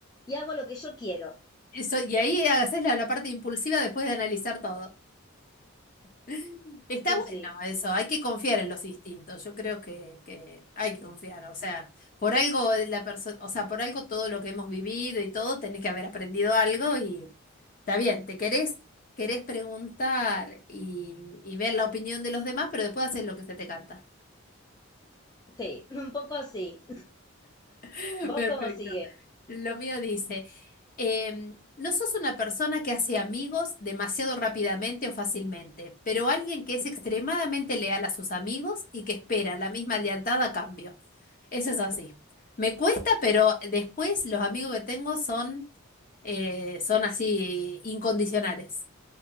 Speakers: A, on the left; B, on the left.
A: y hago lo que yo quiero.
B: Eso, y ahí haces la, la parte impulsiva después de analizar todo. <laughs> Está
A: Sí,
B: bueno
A: sí,
B: eso, hay que confiar en los instintos. Yo creo que, que hay que confiar. O sea, por algo la perso- o sea, por algo todo lo que hemos vivido y todo, tenés que haber aprendido algo y está bien, te querés, querés preguntar y, y ver la opinión de los demás, pero después haces lo que se te canta.
A: Sí, <laughs> un poco sí.
B: <laughs>
A: ¿Vos
B: Perfecto.
A: cómo sigue?
B: Lo mío dice, em, no sos una persona que hace amigos demasiado rápidamente o fácilmente, pero alguien que es extremadamente leal a sus amigos y que espera la misma lealtad a cambio. Eso es así. Me cuesta, pero después los amigos que tengo son, eh, son así incondicionales.